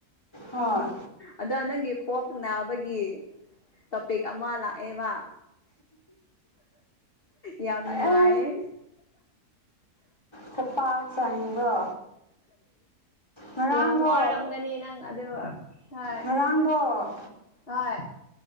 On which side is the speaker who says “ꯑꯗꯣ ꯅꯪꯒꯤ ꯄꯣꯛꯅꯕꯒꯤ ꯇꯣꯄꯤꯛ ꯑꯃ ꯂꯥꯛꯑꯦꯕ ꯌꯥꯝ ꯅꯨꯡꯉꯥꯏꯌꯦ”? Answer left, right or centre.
Left